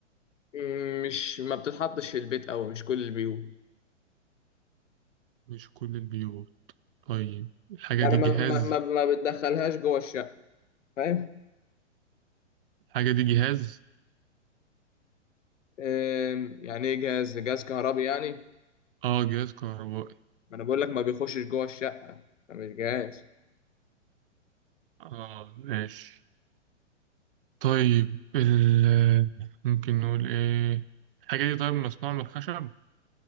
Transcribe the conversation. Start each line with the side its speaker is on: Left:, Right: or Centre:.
Left: مم، مش ما بتتحطش في البيت أوي مش كل البيوت
Right: مش كل البيوت طيب الحاجة
Left: يعني
Right: دي
Left: ما
Right: جهاز
Left: ما ما, ما بتدخلهاش جوه الشقة فاهم
Right: الحاجة دي جهاز
Left: آم، يعني ايه جهاز جهاز كهربي يعني
Right: اه جهاز كهربائي
Left: ما انا بقول لك ما بيخشش جوه الشقة ده مش جهاز
Right: اه ماشي طيب ال آه، ممكن نقول ايه الحاجة دي طيب مصنوعة من الخشب